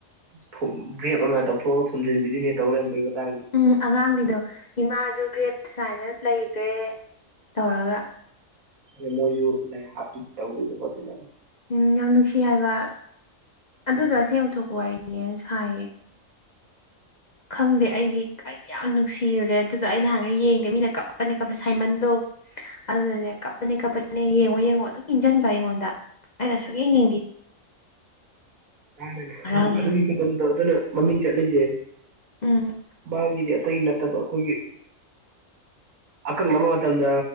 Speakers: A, on the right; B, on the left.
A: ꯐꯨꯝ ꯒ꯭ꯔꯦꯞ ꯑꯃ ꯇꯧꯊꯣꯛꯑꯒ ꯐꯨꯝꯖꯤꯟꯕꯤꯗꯣꯏꯅꯦ ꯇꯧ ꯂꯩꯔꯝꯕꯩ ꯃꯇꯥꯡꯗꯣ
B: ꯎꯝ ꯑꯉꯥꯡꯒꯤꯗꯣ ꯏꯃꯥꯖꯨ
A: ꯎꯝ
B: ꯒ꯭ꯔꯦꯞ ꯁꯥꯏꯅ ꯂꯩꯒ꯭ꯔꯦ ꯇꯧꯔꯒ
A: ꯑꯩꯅ ꯃꯣꯏꯁꯨ ꯂꯥꯏ ꯍꯥꯞꯄꯤ ꯇꯧꯗꯣꯏꯅꯦ ꯈꯣꯠꯇꯅꯦ
B: ꯎꯝ ꯌꯥꯝ ꯅꯨꯡꯁꯤ ꯍꯥꯏꯕ ꯑꯗꯨꯗꯣ
A: ꯎꯝ
B: ꯑꯁꯦꯡꯕ ꯊꯣꯛꯄ ꯋꯥꯔꯤꯅꯦꯅꯁꯨ ꯍꯥꯏꯌꯦ ꯈꯪꯗꯦ ꯑꯩꯗꯤ ꯀꯩꯝ ꯌꯥꯝ ꯅꯨꯡꯁꯤꯔꯨꯔꯦ ꯑꯗꯨꯗꯣ ꯑꯩ ꯅꯍꯥꯟꯒꯩ ꯌꯦꯡꯗꯦ ꯃꯤꯅ ꯀꯞꯄꯛꯀꯅꯦ ꯀꯞꯄ ꯁꯥꯏꯃꯟꯗꯣ ꯑꯗꯨꯅꯅꯦ ꯀꯞꯄꯅꯦ ꯀꯞꯄꯅꯦ ꯌꯦꯡꯉꯣ ꯌꯦꯡꯉꯣ ꯑꯗꯨꯝ ꯏꯟꯖꯟꯕ ꯑꯩꯉꯣꯟꯗ ꯑꯩꯅ ꯁꯨꯛꯌꯦꯡ ꯌꯦꯡꯕꯤ
A: <unintelligible>
B: ꯉꯔꯥꯡ
A: ꯑꯗꯨꯝ ꯑꯗꯨꯒꯤ
B: ꯌꯦꯡꯉ
A: ꯐꯤꯕꯝꯗꯣ ꯑꯗꯨꯅ ꯃꯃꯤꯡ ꯆꯠꯂꯤꯖꯦ
B: ꯎꯝ
A: ꯃꯥꯒꯤꯗꯤ ꯏꯇꯩꯅꯠ ꯅꯠꯇꯕ ꯑꯈꯣꯏꯒꯤ ꯑꯀꯛꯅꯕ ꯃꯇꯝꯗ